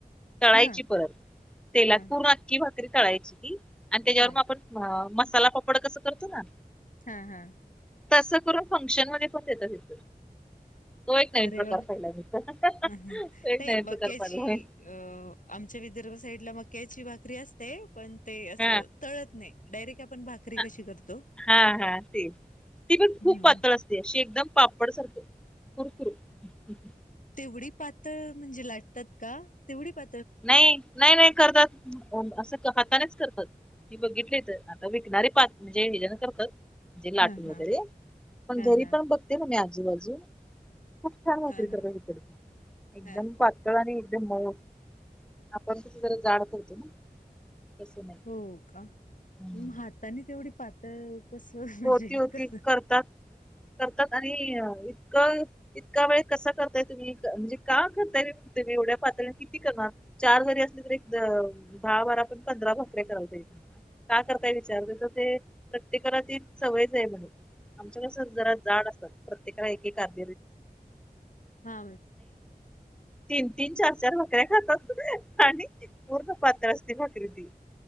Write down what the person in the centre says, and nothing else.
तळायची
परत तेलात
पूर्ण भाकरी तळायची आणि त्याच्यावर
म आपण मसाला पापड कस करतो ना
तस करुन फंक्शन मध्ये पण देतात
तो एक नवीन
प्रकार
पाहिला मी तर.
तो एक
नवीन
प्रकार पाहिला मी
हा
हा
हा हा ते ती पण
खूप पातळ असते अशी एकदम पापड सारखी <unintelligible>
नाही नाही नाही करतात असं हातानेच करतात मी बघितली तर आता विकणारी बात म्हणजे हे जण करतात म्हणजे लाटू
वगैरे पण
घरी
पण बघते ना मी आजूबाजू खूप छान होते
तर मऊ
पातळ आणि एकदम म आपण किती जरी जाड करतो ना तसं नाही
हम्म.
होती होती
करतात करतात आणि क इतका वेळ कसा करताय तुम्ही म्हणजे का करताय तुम्ही एवढ्या पातळीने किती करणार चार जरी असले तरी दहा बारा पण पंधरा भाकरी करायच का करताय विचारते तर ते प्रत्येकाला ते सवयच आहे म्हणेून आमच्या कस जरा जाड असतात प्रत्येकाला एक एक अद
तीन तीन चार चार भाकऱ्या खातात आणि त पूर्ण पात्र असते भाकरी ती